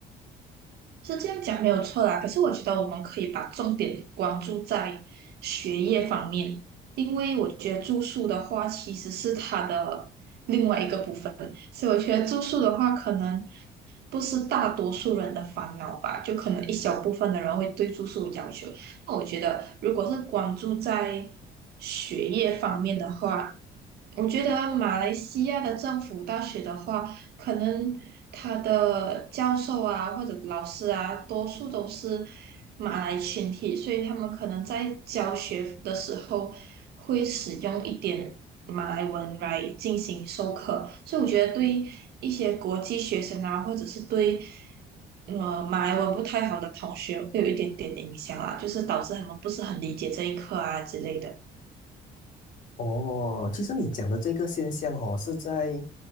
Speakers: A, on the right; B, on the left.
A: 是这样讲没有错啦，可是我觉得我们可以把重点关注在学业方面，因为我觉得住宿的话其实是它的另外一个部分，所以我觉得住宿的话可能不是大多数人的烦恼吧，就可能一小部分的人会对住宿有要求。那我觉得如果是关注在学业方面的话，我觉得马来西亚的政府大学的话，可能他的教授啊或者老师啊，多数都是马来群体，所以他们可能在教学的时候会使用一点马来文来进行授课，所以我觉得对一些国际学生啊，或者是对呃马来文不太好的同学，会有一点点影响啊，就是导致他们不是很理解这一课啊之类的。
B: 哦，其实你讲的这个现象哦，是在